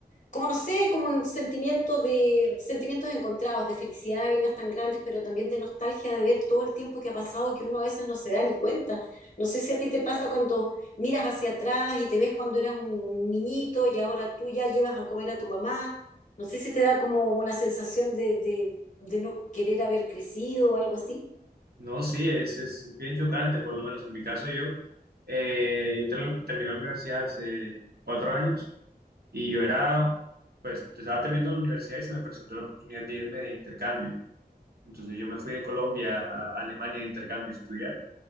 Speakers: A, on the left (about 50°); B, on the right (about 70°).
A: como no sé, como un sentimiento de, sentimientos encontrados, de felicidad de verlas tan grandes, pero también de nostalgia de ver todo el tiempo que ha pasado y que uno a veces no se da ni cuenta. No sé si a ti te pasa cuando miras hacia atrás y te ves cuando eras un niñito y ahora tú ya llevas a comer a tu mamá. No sé si te da como una sensación de, de, de no querer haber crecido o algo así.
B: No, sí, es, es, es bien chocante, por lo menos en mi caso yo. eh, yo ter- terminé la universidad hace cuatro años y yo era, pues estaba terminando la universidad y se me presentó la oportunidad de irme de intercambio. Entonces yo me fui de Colombia a a Alemania de intercambio a estudiar